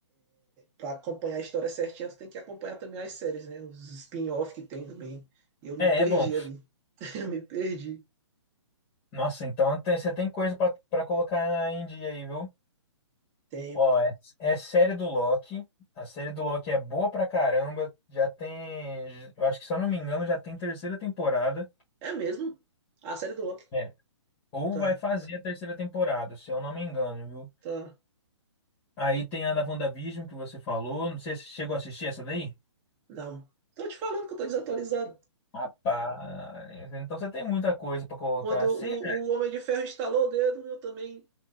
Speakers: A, on the right; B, on the left.
A: pra acompanhar a história certinha, tu tem que acompanhar também as séries, né? Os spin-off que tem também. Eu me
B: É,
A: perdi
B: é bom.
A: ali. <laughs> Eu me perdi.
B: Nossa, então tem- você tem coisa pra pra colocar em dia aí, viu?
A: Tempo.
B: Ó, é, é série do Loki. A série do Loki é boa pra caramba. Já tem, eu acho que se eu não me engano, já tem terceira temporada.
A: É mesmo? A série do Loki.
B: É. Ou
A: Tá,
B: vai fazer a terceira temporada, se eu não me engano, viu?
A: tá.
B: Aí tem a da WandaVision que você falou. Não sei se você chegou a assistir essa daí.
A: Não. Tô te falando que eu tô desatualizado.
B: Rapaz, então você tem muita coisa pra colocar.
A: Quando
B: Sim.
A: o,
B: <laughs>
A: o Homem de Ferro instalou o dedo, eu também